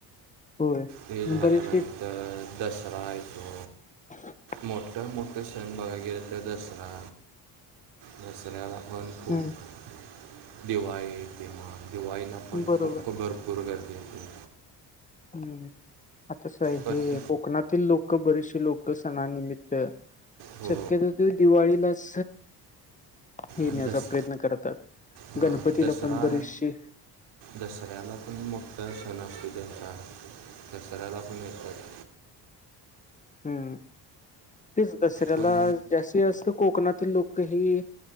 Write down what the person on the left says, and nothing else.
होय
बरेचसे
ह.
हम्म
बरोबर
हम्म आतास हे
कोकणातील लोक बरेचशी लोक सणानिमित् तर
शक्यत त दिवाळीलाच. येण्याचा
प्रयत्न करतात
गणपतीला
पण बरीचशी.
हम्म तेच दसऱ्याला
जास्ती जास्त कोकणातील लोक. ही